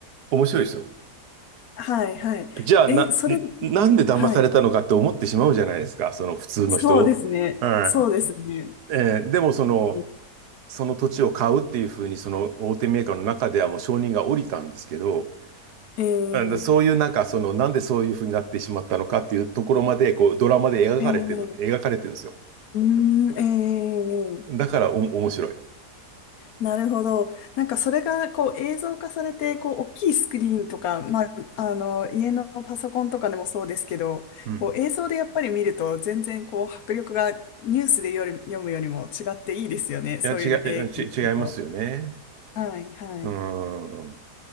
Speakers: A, on the right; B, on the left.
A: 面白いですよ。
B: はいはい。
A: じゃあ、
B: え、
A: な、んなんで騙されたのかって思ってしまうじゃないですか、
B: それ、はい。
A: その普通の人。
B: そうですね。
A: うん。
B: そうですね。
A: えーでも、その、
B: えの
A: その土地を買うっていうふうに、その大手メーカーの中ではもう承認が下りたんですけど、
B: えー、
A: うんだそういうなんか、その、なんでそういうふうになってしまったのかっていうところまで、こう、ドラマで描かれてる、
B: えー、
A: 描かれてるんですよ。
B: うーん、えー、
A: だからお、面白い。
B: なるほど。なんかそれがこう映像化されて、こう大きいスクリーンとか、まあ、あの家のパソコンとかでもそうですけど、
A: うん。
B: こう映像でやっぱり見ると全然こう迫力がニュースでより読むよりも違っていいですよね。そういうの映画見ると。
A: いや、違い、ち違いますよね。
B: はいはい。
A: うん。